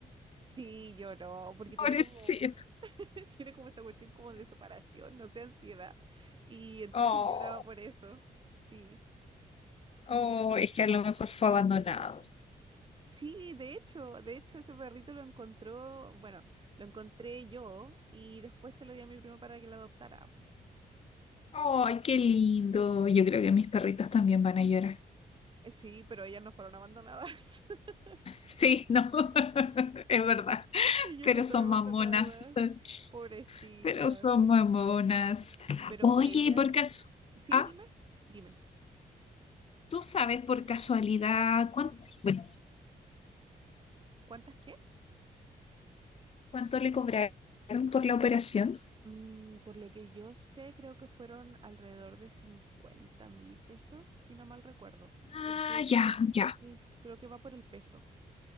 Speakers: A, on the right; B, on the left.
A: Sí, lloró, porque
B: <laughs>
A: tiene
B: pobrecito.
A: como, <laughs> tiene como esta cuestión como de separación, no sé, ansiedad. Y entonces
B: Oh,
A: lloraba por eso, sí.
B: oh, es que a lo mejor fue abandonado.
A: Sí, de hecho, de hecho ese perrito lo encontró, bueno, lo encontré yo y después se lo di a mi prima para que la adoptara. po.
B: Ay, qué lindo. Yo creo que mis perritos también van a llorar.
A: Eh, Sí, pero ellas no fueron abandonadas. <laughs>
B: Sí, no, <laughs> es verdad.
A: Ellas
B: Pero
A: no
B: son
A: son abandonadas.
B: mamonas. <laughs>
A: Pobrecitas.
B: Pero son mamonas.
A: Pero
B: Oye,
A: ella,
B: y por caso,
A: sí,
B: ah,
A: dime, dime,
B: ¿tú sabes por casualidad cuánto, bueno,
A: ¿cuántas qué?
B: cuánto le cobraron por la operación?
A: Mm, por lo que yo sé, creo que fueron alrededor de cincuenta mil pesos, si no mal recuerdo,
B: Ah,
A: porque
B: ya, ya.
A: sí, creo que va por el peso.